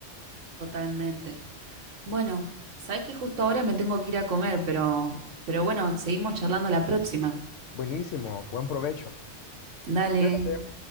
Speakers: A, on the right; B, on the left.
A: Totalmente. Bueno, sabes que justo ahora me tengo que ir a comer, pero, pero bueno, seguimos charlando la próxima.
B: Buenísimo, buen provecho.
A: Dale.
B: Cuídate.